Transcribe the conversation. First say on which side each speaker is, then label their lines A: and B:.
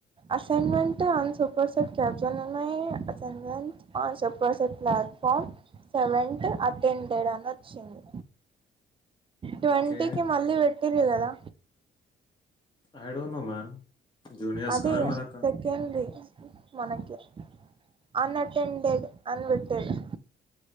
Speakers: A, on the right; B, on the left.
A: assignment on super set caption ఉన్నాయి assignment on super set platform seventy attended అ నచ్చింది ట్వంటీకిి
B: ఓకే
A: మళ్ళీ వెట్ తెలియదు కదా
B: I don't know man juniors
A: అది
B: కా మనక
A: సెకండ్ది మనకి అన్ అటెండెడ్ అనీ పెట్టేలా